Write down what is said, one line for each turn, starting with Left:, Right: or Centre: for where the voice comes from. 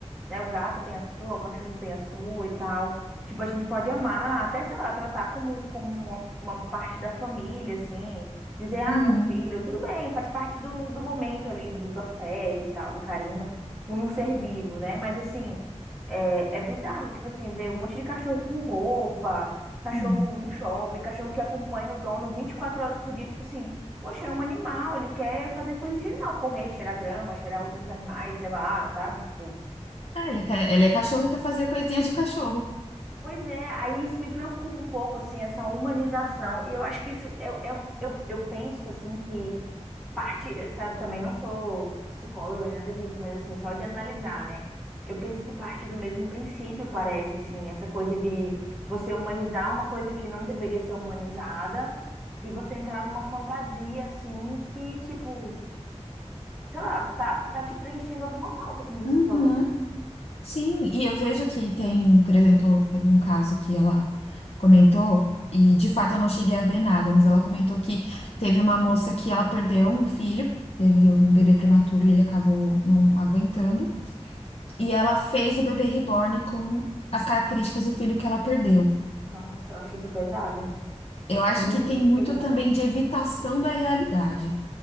Centre: né? O gato tem a sua, o cachorro tem a sua e tal. Tipo, a gente pode amar, até, sei lá, tratar como, como uma, uma parte da família, assim. Dizer, ah,
Left: uhum.
Centre: meu filho, tudo bem, faz parte do, do momento ali, do, do afeto e tal, do carinho, por um ser vivo, né? Mas, assim, é, é bizarro, tipo assim, ver um monte de cachorro com roupa, cachorro
Left: Não.
Centre: no shopping, cachorro que acompanha o dono 24 horas por dia, tipo assim. Poxa, é um animal, ele quer fazer coisas de animal, correr, cheirar grama, cheirar outros animais, sei lá, sabe? Tipo,
Left: Ah, ele quer, ele é cachorro e quer fazer coisinhas de cachorro.
Centre: Pois é, aí isso me preocupa um pouco, assim, essa humanização. E eu acho que isso, eu, eu, eu, eu penso, assim, que parte, eu tá, também não sou psicóloga nem nada disso, mas, assim, só de analisar, né? Eu penso que parte do mesmo princípio, parece, assim, essa coisa de você humanizar uma coisa que não deveria ser humanizada e você entrar numa fantasia, assim, que, tipo, sei lá, tá, tá te preenchendo alguma falta, como você
Left: Uhum.
Centre: falou.
Left: Sim, e eu vejo que tem, por exemplo, teve um caso que ela comentou, e de fato eu não cheguei a ver nada, mas ela comentou que teve uma moça que ela perdeu um filho, teve um bebê prematuro
Centre: É,
Left: e ele acabou não aguentando, e ela fez o bebê reborn com as características do filho que ela perdeu.
Centre: Nossa, eu acho isso pesado.
Left: Eu acho
Centre: Muito
Left: que tem muito
Centre: pesado.
Left: também de evitação da realidade.